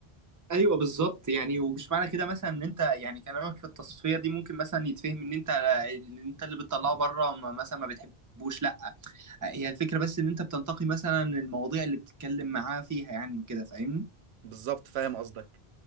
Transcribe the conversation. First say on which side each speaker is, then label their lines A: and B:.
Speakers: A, on the right (about 20°); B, on the right (about 80°).
A: ايوه بالظبط يعني ومش معنى كده مثلا ان انت يعني كلامك في التصفيه دي ممكن مثلا يتفهم ان انت ان انت اللي بتطلعه بره ما- مثلا ما بتحبوش لا هي الفكره بس ان انت بتنتقي مثلا المواضيع اللي بتتكلم معاه فيها يعني وكده فاهمني
B: بالظبط فاهم قصدك